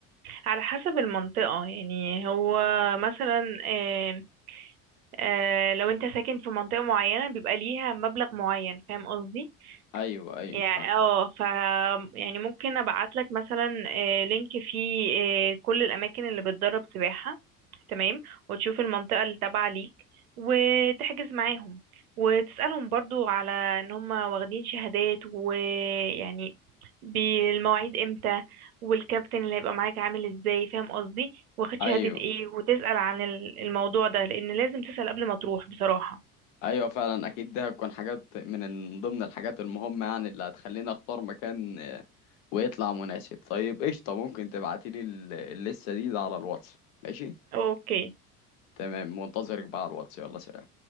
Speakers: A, on the right; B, on the left.
A: على حسب المنطقة يعني هو مثلا آه، آه، لو انت ساكن في منطقة معينة بيبقى ليها مبلغ معين فاهم قصدي
B: ايوه ايوه
A: يعني
B: فاهم
A: اه ف يعني ممكن ابعت لك مثلا آه، لينك فيه آه، كل الاماكن اللي بتدرب سباحة تمام وتشوف المنطقة اللي تابعة ليك وتحجز معاهم وتسألهم برضو على ان هم واخدين شهادات ويعني بالمواعيد امتى والكابتن اللي هيبقى معاك عامل ازاي فاهم قصدي واخد
B: ايوه
A: شهادة ايه وتسأل عن ال- الموضوع ده لان لازم تسأل قبل ما تروح بصراحة
B: ايوه فعلا اكيد ده هتكون حاجات من ضمن الحاجات المهمة يعني اللي هتخليني اختار مكان ويطلع مناسب طيب قشطة ممكن تبعتيلي ال- اللسة دي ده على الواتس ماشي
A: اوكي
B: تمام منتظرك بقى على الواتس يلا سلام